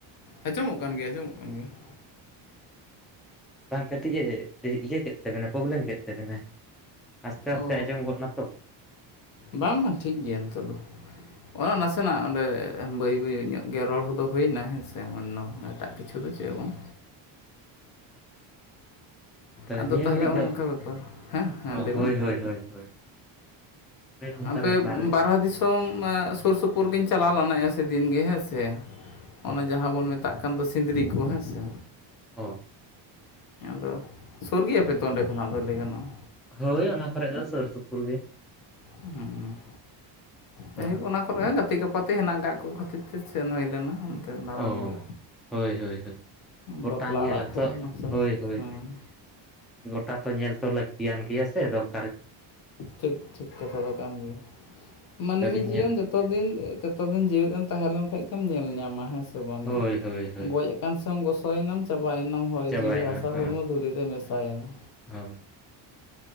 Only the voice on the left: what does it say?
ᱟᱸᱡᱚᱢᱚᱜ ᱠᱟᱱ ᱜᱮᱭᱟ ᱟᱸᱡᱚᱢᱚᱜ ᱠᱟᱱ ᱜᱮᱭᱟ ᱾
ᱚ
ᱵᱟᱝ ᱵᱟᱝ ᱴᱷᱤᱠ ᱜᱮᱭᱟ ᱱᱤᱛᱚᱜ ᱫᱚ ᱱᱟᱥᱮ ᱱᱟᱜ ᱚᱸᱰᱮ ᱵᱟᱹᱭ ᱵᱟᱹᱭ ᱧᱚᱜ, ᱜᱮ ᱨᱚᱲ ᱦᱚᱸᱫᱚ ᱦᱳᱭᱮᱱᱟ ᱦᱮᱸ ᱥᱮ ᱱᱚᱣᱟ ᱮᱴᱟᱜ ᱠᱤᱪᱷᱩ, ᱤᱪᱪᱷᱟᱹ ᱫᱚ ᱪᱮᱫ ᱦᱚᱸ ᱵᱟᱝ,
ᱟᱫᱚ
ᱛᱟᱦᱚᱞᱮ
ᱚᱱᱠᱟ
ᱵᱮᱯᱟᱨ ᱦᱮᱸ ᱦᱮᱸ ᱞᱟᱹᱭ
ᱢᱮ
ᱟᱯᱮ
ᱵᱟᱨᱟ ᱫᱤᱥᱚᱢ ᱥᱳᱨ ᱥᱳᱯᱳᱨᱜᱤᱧ ᱪᱟᱞᱟᱣ ᱞᱮᱱᱟᱭᱟ ᱫᱤᱱᱜ ᱜᱮ ᱦᱮᱸ ᱥᱮ,
ᱚᱱᱮ ᱡᱟᱦᱟᱸ ᱵᱚᱱ ᱢᱮᱛᱟᱜ ᱠᱟᱱ ᱫᱚ ᱥᱤᱸᱫᱽᱨᱤ ᱠᱚ ᱦᱮᱸᱥᱮ,
ᱛᱚ ᱥᱩᱨ ᱜᱮᱭᱟ ᱯᱮ ᱛᱚ ᱚᱸᱰᱮ ᱠᱷᱚᱱᱟᱜ ᱫᱚ ᱞᱟᱹᱭ ᱜᱟᱱᱚᱜᱼᱟ,
ᱦᱩᱸ
ᱡᱟᱭᱦᱳᱭᱳᱜ ᱚᱱᱟ, ᱠᱚᱨᱮ ᱦᱚᱸ ᱜᱟᱛᱮ ᱜᱟᱯᱟᱛᱮ ᱦᱮᱱᱟᱜ ᱟᱠᱟᱫ ᱠᱚ ᱠᱷᱟᱹᱛᱤᱨ ᱛᱮ ᱥᱮᱱ ᱦᱳᱭ ᱞᱮᱱᱟ ᱚᱱᱛᱮ, ᱫᱟᱬᱟᱱ
ᱜᱮ
ᱵᱟᱯᱞᱟ
ᱚᱲᱟᱜ
ᱠᱚ ᱯᱷᱟᱱᱥᱮᱱ
ᱦᱮᱸ
ᱴᱷᱤᱠ ᱴᱷᱤᱠ ᱠᱟᱛᱷᱟ ᱫᱚ ᱠᱟᱱ ᱜᱮᱭᱟ, ᱢᱟᱹᱱᱢᱤ
ᱡᱤᱭᱚᱱ
ᱫᱚ ᱛᱚ ᱫᱤᱱ ᱛᱚᱛᱚ ᱫᱤᱱ ᱡᱮᱣᱮᱫ ᱮᱢ ᱛᱟᱦᱮᱸ ᱞᱮᱱᱠᱷᱟᱱ ᱜᱮᱢ ᱧᱮᱞ ᱧᱟᱢᱟ ᱦᱮᱸ ᱥᱮ ᱵᱟᱝ
ᱜᱚᱡ ᱟᱠᱟᱱ, ᱜᱚᱥᱚᱭᱮᱱᱟᱢ ᱪᱟᱵᱟᱭᱮᱱᱟᱢ ᱦᱚᱭ
ᱡᱤᱣᱤ ᱦᱟᱥᱟ
ᱦᱚᱲᱢᱚ ᱫᱷᱩᱲᱤ ᱨᱮ ᱢᱮᱥᱟᱭᱮᱱᱟ,